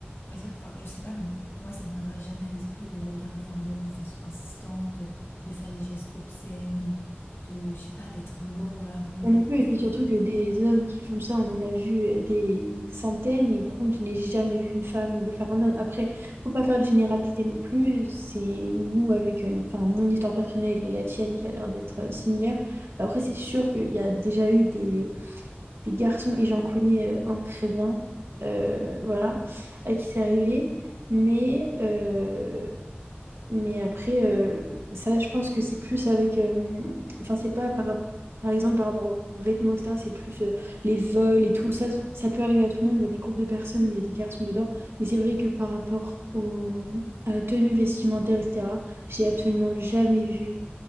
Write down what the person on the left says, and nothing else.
on va dire, enfin, je sais pas, mais moi, ça me viendrait jamais à l'esprit de regarder un homme de façon insistante, de faire des gestes obscènes, de, je sais pas, d'être lourd dans la rue,
de l'accoster.